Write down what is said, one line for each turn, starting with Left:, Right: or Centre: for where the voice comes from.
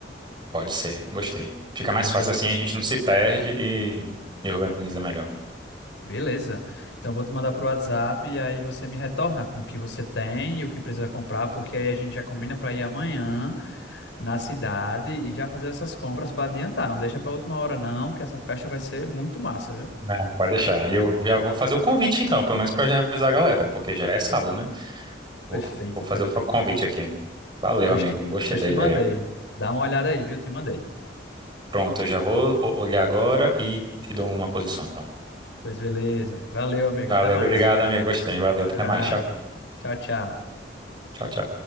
Right: Pode ser, gostei. Fica mais
Left: Pois
Right: fácil
Left: eu.
Right: assim, a gente não se perde e, e organiza melhor.
Left: Beleza. Então, vou te mandar pro WhatsApp e aí você me retorna com o que você tem e o que precisa comprar, porque aí a gente já combina para ir amanhã na cidade e já fazer essas compras para adiantar. Não deixa para última hora, não, que essa festa vai ser muito massa, viu?
Right: Não, pode deixar. E eu já vou fazer o convite então, pelo menos pra já avisar a galera, porque já é sábado, né?
Left: Perfeito,
Right: Vou, vou fazer
Left: perfeito.
Right: o convite aqui. Valeu,
Left: Pois
Right: amigo.
Left: te,
Right: Gostei
Left: pois
Right: da
Left: te
Right: ideia.
Left: mandei. Dá uma olhada aí, viu? Te mandei.
Right: Pronto, eu já vou o- olhar agora e te dou uma posição, então.
Left: Pois beleza. Valeu, amigo.
Right: Valeu,
Left: Até mais.
Right: obrigado, amigo. Gostei. Valeu, até
Left: Ah,
Right: mais. Tchau.
Left: tchau, tchau.
Right: Tchau, tchau.